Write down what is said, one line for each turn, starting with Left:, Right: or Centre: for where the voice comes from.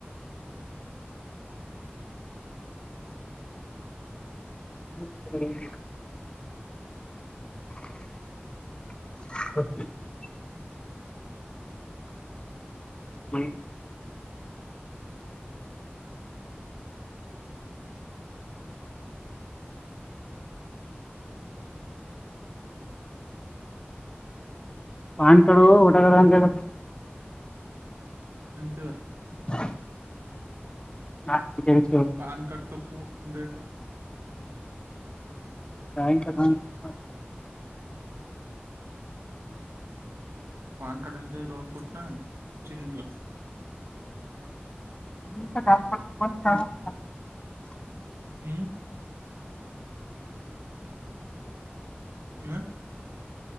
Left: ಹ ಸ ಮ ಪಾನ್ ಕಾರ್ಡ್ ಒಂಟಕದ ಅಂತ ಹೇಳ
Right: ಎಂತವಾ
Left: <unintelligible> ಹಾ ಎನ್ಸ
Right: ಪಾನ್ ಕಾರ್ಡ್ ತಪ್ಪು ಉಂಡೇಟು
Left: ತ್ಯಾಂಕ್ <unintelligible>
Right: ಪಾನ್ ಕಾರ್ಡ್ ಇಲ್ದೆ ಲೋನ್ ಕೊಟ್ಟನಾ ಚಿನ್ನನ್ಗ
Left: ನ <unintelligible>
Right: ಹ್ಮ್ ಹ್ಮ್